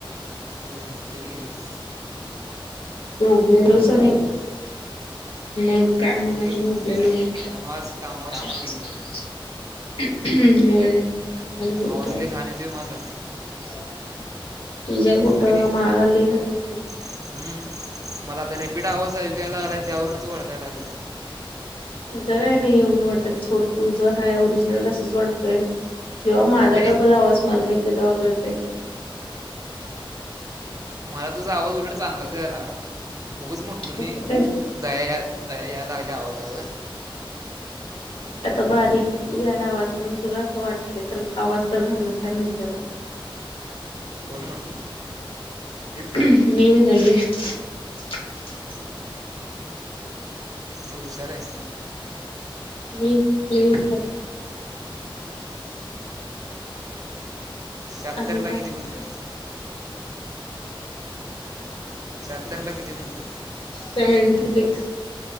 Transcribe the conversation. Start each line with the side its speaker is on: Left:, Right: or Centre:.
Right: तू झोपलेली आहेस
Left: झोपलेलो सनी
Right: ना तुला
Left: मग काय
Right: त्यामुळं
Left: होणार
Right: गेली
Left: झोपलेलो
Right: नाहीस
Left: <unintelligible>
Right: त्यामुळं आज कामावर सुट्टी आहे.
Left: ह् होय! कामाला होते
Right: आवाज लई
Left: आज.
Right: घाण येतोय माजा.
Left: <unintelligible> तुझं कुठ,
Right: का नाही
Left: माझा लई घाण येतय.
Right: हम्म, मला आता रिपीट आवाज ऐकू यायलागलाय त्यावरूनच वळखायलगलाय.
Left: तुझ व्हय नी एवढं वाटत सोड, तूझ हाय ओरिजिनल तसच वाटतय. जेव्हा माझा
Right: हे
Left: डबल आवाज मला येतोय, तेव्हा कळतय.
Right: मला तुझा आवाज उलट चांगलाच याय लागलाय. उगच म्हटल न
Left: कळतंय?
Right: दया या दया या लागल्या आवाजावर.
Left: आता बारीक यायला आवाज म्हणून तुला असं वाटय तर आवाज तर घाणच आहे माहि त्या मला
Right: कोण म्हटल?
Left: <unintelligible>
Right: तू हुशार हाय.
Left: मी लई हुशार हाय.
Right: शहात्तर
Left: आणि
Right: ला
Left: काय
Right: किती म्हणत्यात? शहातरला किती म्हणत्यात
Left: सेव्हंटी सिक्स